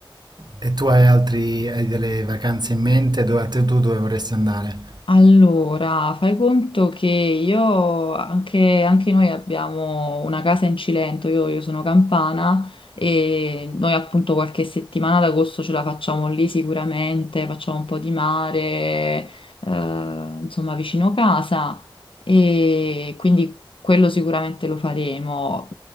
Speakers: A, on the right (about 50°); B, on the left (about 75°).
A: E tu hai altri, hai delle vacanze in mente? Dove, a te- tu dove vorresti andare?
B: Allora, fai conto che io, anche, anche noi abbiamo una casa in Cilento, io, io sono campana e noi appunto qualche settimana ad agosto ce la facciamo lì sicuramente, facciamo un po' di mare, eh, insomma vicino casa e quindi quello sicuramente lo faremo.